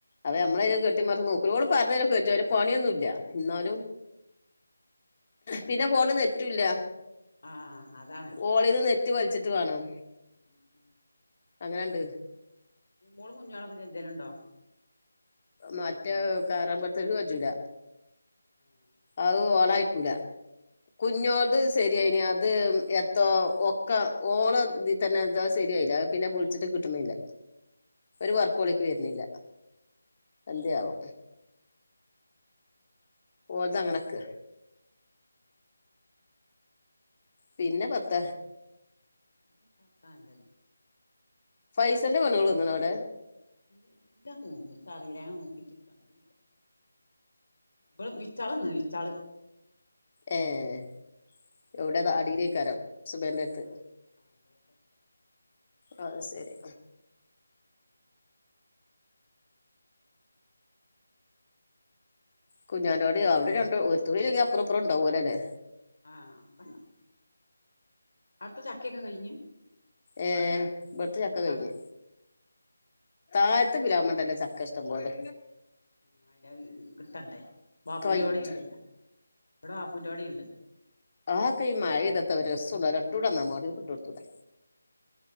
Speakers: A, on the left; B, on the left.
A: അതാ നമ്മള് അയ്ന് കെട്ടി മറിഞ്ഞ് നോക്കുല ഓള് പറ്ഞ്ഞരുക്കെയ് ചും ഒ അയ്ന് പണിയൊന്നുല്ല ന്നാലും പിന്നെ ഫോണില് നെറ്റുല്ല
B: ആഹ് അതാണ്
A: ഓളീന്ന് നെറ്റ് വല്ച്ച്ട്ട് വാണം.
B: മ് മ്
A: അങ്ങനെണ്ട്
B: പൂ മോളും കുഞ്ഞോളൊക്കെ ചെജ്ജലുണ്ടോ
A: മറ്റേ ആ കറാമ്പറ് ത്തോൽക്ക് കജൂല
B: ഏഹ്
A: അഹ് ഓളായിക്കൂല കുഞ്ഞോള്ത്
B: ഉം
A: സ് ശരിയായിന് അത് എത്ത ഒക്ക ഓളോ ഇതിതന്നെ എന്താ ശരിയായില്ല അഹ് പിന്നെ വിൾച്ച്‌ട്ട് കിട്ട്ണ്ല്ല. ഒരു വർക്കോളേക്ക് വരുന്നില്ല എന്തേയാവോ? ഓല്ത് അങ്ങനക്ക പിന്നെ പത്ത
B: ഒക്കെ നല്ലത്
A: ഫൈസൽന്റെ പെണ്ണുങ്ങള് വന്ന് ണോ വ ടെ
B: ഇല്ല ഇല്ലാ തോന്ന്ന്നു ഇച്ച റീല്ല ഞാൻ നോക്കിട്ട് കണ്ടീല്ല ബള് ബിച്ചാളന്ന്ണ് വിച്ചാള്
A: ഏഹ്
B: എരക്കത്തെ
A: എവിടെ
B: വിച്ചാള്
A: അടിയിലേക്കരം.
B: വന്ന്ണ്
A: സുബേർന്റെട്ത്ത്
B: ആ ആൾബെര്ടെ
A: ആ ശരി കുഞ്ഞാന്റോടി അവിടെ രണ്ട് ഒരു തൂടീല്ലങ്കിഅപ്പുറപ്പറ ഉണ്ടാവോലെ ല്ലേ
B: ആഹ് അപ്പണ്ടാവും അടുത്ത ചക്കയൊക്കെ കഴിഞ്?
A: ഏഹ് ഇബട്ത്തെ ചക്ക കഴിഞ്ഞ്
B: അട്
A: താഴത്ത പിലാവ് മ്മ ണ്ടല്ലോ ചക്ക ഇഷ്ടം പോലെ
B: ആ അയ്നഹ് കിട്ടണ്ടേ ബാപ്പൂന്റെ
A: കൈറ്റ്
B: ടീം ഇണ്ടല്ലേ ഇമ്പടെ ബാപ്പൂന്റോടി ണ്ട്.
A: ആ ഒക്കെ ഈ മഴ യ്താ ത്താഒരു രസംണ്ടാവൂല ഇട്ടൂടാന്നാ മാണ്ടിയാൽക്ക് ഇട്ടൊടുത്തൂടെ.